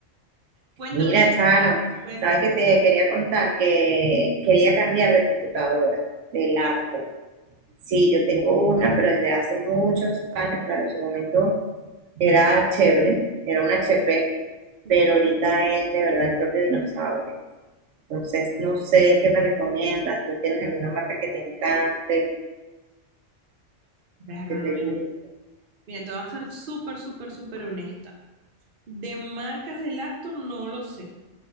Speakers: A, on the right; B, on the right.
A: Cuéntame,
B: Mira Charo,
A: cuéntame,
B: sabes que te quería contar que quería cambiar de computadora, de laptop.
A: ok,
B: Sí, yo tengo una, pero desde hace muchos años, claro, en su momento era chévere, era una HP,
A: ok.
B: pero ahorita es de verdad el propio dinosaurio. Entonces, no sé qué me recomiendas, ¿tú tienes alguna marca que te encante,
A: Perro,
B: que te
A: Noeli.
B: guste?
A: Mira, te voy a ser súper, súper, súper honesta. De marcas de lacto no lo sé,